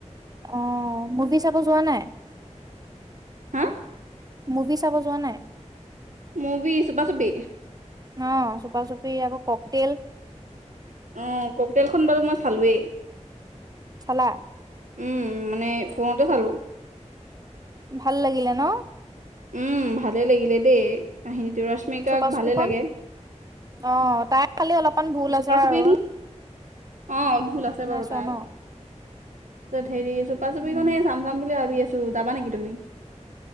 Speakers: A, on the right; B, on the right.
A: অ মুভি চাব যোৱা নাই?
B: হা <unintelligible>
A: মুভি চাব যোৱা নাই? <unintelligible>
B: মভি চুপা-চুপি
A: অ চপা-চুপি আকৌ কক তেল
B: অ ককতেলখন বাৰু মই চালোৱেই
A: চালা?
B: উম মানে ফোনতে চালো।
A: ভাল লাগিলে ন?
B: উম ভালে লাগিলে দেই কাহিনীটো ৰশ্মিকাক
A: চুপা-চুপিখন
B: ভালে লাগে
A: অ তাই খালি অলপমান ভুল
B: চুপা
A: আছে
B: চুপি
A: আৰু
B: অ অলপ ভুল আছে
A: নাই
B: বাৰু
A: চোৱা
B: তাই
A: ন
B: হেৰি চুপা-চুপিখনেই
A: উম
B: চাম-চাম বুলি ভাবি আছো যাবা নেকি তুমি